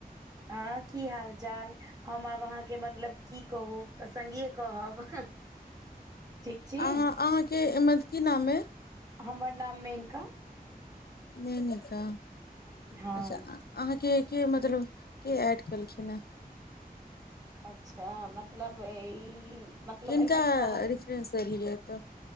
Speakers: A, on the right; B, on the left.
A: हँ की हाल चाल हम आब अहाँके मतलब की कहू तऽ संगीए कहब ठीक छी
B: अहाँ अहाँके मत की नाम अय
A: हमर नाम मेनका
B: मेनिका
A: हँ
B: अच्छा आ अहाँके के मतलब के एड केलखिन हे
A: अच्छा मतलब ई मतलब
B: किनका
A: एहिमे हम
B: रेफरेंस एलियै एतऽ